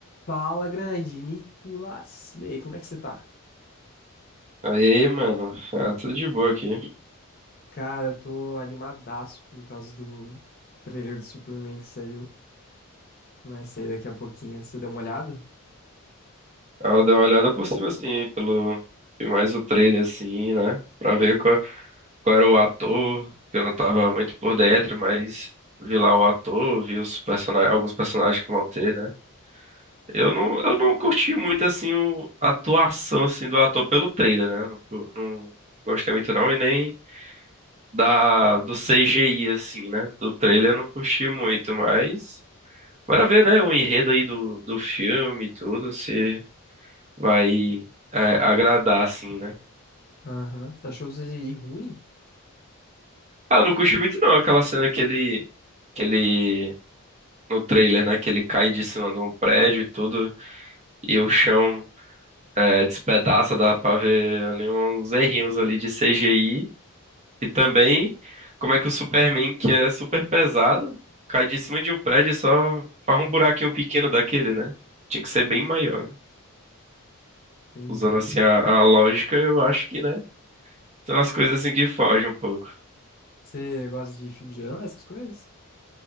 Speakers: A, on the left (about 45°); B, on the right (about 30°).
A: Fala, grande Nicolas. E aí, como é que você tá?
B: Aí, mano, ah, tudo de boa aqui.
A: Cara, eu tô animadaço por causa do trailer do Superman que saiu. Vai sair daqui a pouquinho. Você deu uma olhada?
B: Ah, Eu dei uma olhada por cima, assim, pelo... Vi mais o trailer, assim, né? Pra ver qual, qual era o ator, que eu não tava muito por dentro, mas vi lá o ator, vi os personagens, alguns personagens que vão ter, né? Eu não, eu não curti muito, assim, o- a atuação, assim, do ator pelo trailer, né? Não, não gostei muito, não, e nem da, do CGI, assim, né? Do trailer eu não curti muito, mas... Bora ver, né, o enredo aí do, do filme e tudo, se vai é, agradar, assim, né?
A: Aham. Você achou o CGI ruim?
B: Ah, eu não curti muito não, aquela cena que ele, que ele, no trailer, né, que ele cai de cima de um prédio e tudo, e o chão é, despedaça, dá pra ver ali uns errinhos ali de CGI, e também como é que o Superman, que é super pesado, cai de cima de um prédio e só faz um buraquinho pequeno daquele, né? Tinha que ser bem maior, né?
A: Entendi.
B: Usando assim a, a lógica, eu acho que, né, são as coisas assim que fogem um pouco.
A: Você gosta de filme de herói, essas coisas?